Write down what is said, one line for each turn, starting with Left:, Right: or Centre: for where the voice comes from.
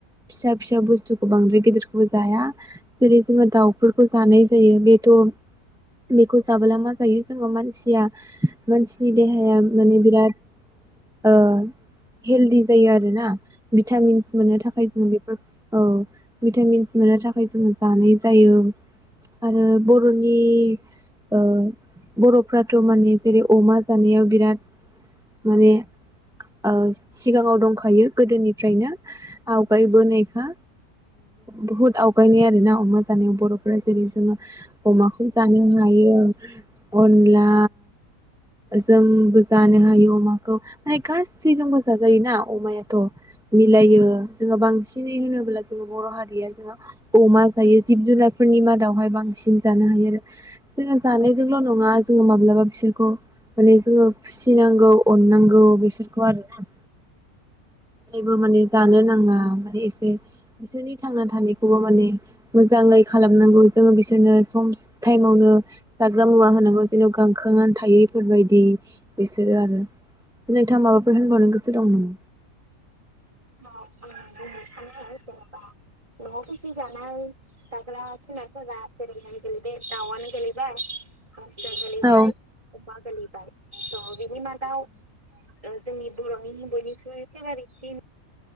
Centre: फिसा फिसा बुस्थु बांद्राय गेदिरखौबो जाया। जेरै जोङो दाउफोर खौ जानाय जायो बेथ' बेखौ जाबोला मा जायो जोङो मानसिया मानसिनि देहाया माने बिराद ओ हेलदि जायो आरोना भिटामिन्स मोननो थाखाय थाखाय जोङो बे औ भिटामिन्स मोननो थाखाय जोङो जानाय जायो आरो बर'नि ख्रि ओ बर'फ्राथ' माने जेरै अमा जानायाव बिराद माने ओ सिगाङाव दंखायो गोदोनिफ्रायनो आवगायबोनायखा बुहुद आवगायनाय आरोना अमा जानायाव बर'फोरा जेरै जोङो अमाखौ जानो हायो ओमफ्रा अनला जोंबो जानो हायो अमाखौ माने गासैजोंबो जाजायोना अमायाथ' मिलायो जोङो बांसिनै होनोब्ला जोङो बर' हारिया जोङो अमा जायो जिब जुनारफोरनि मादावहाय बांसिन जानो हायो आरो जोङो जानायजोंल' नङा जोङो माब्लाबा बिसोरखौ माने जोङो फिसिनांगौ अननांगौ बिसोरखौ आरोना। जेबो माने जानो नाङा माने एसे बिसोरनि थांना थानायखौबो माने मोजाङै खालामनांगौ जोङो बिसोरनो सम स टाइमावनो जाग्रा मुवा होनांगौ जेन' गांखांनानै थायैफोरबायदि बिसोरो आरो नोंथाङा माबाफोर होनबावनो गोसो दं नामा?
Right: औ आं बुंनो सानो जेनेबा न'आव फिसिजानाय जाग्रा जुनारफोरा जेरैहाय बे दाउआनो गेलैबाय। हांसो गोलैबाय
Centre: औ
Right: अमा गोलैबाय। औ। बिनि मादाव ओ जोंनि बर'नि बयनिख्रुइ फेभारेटसिन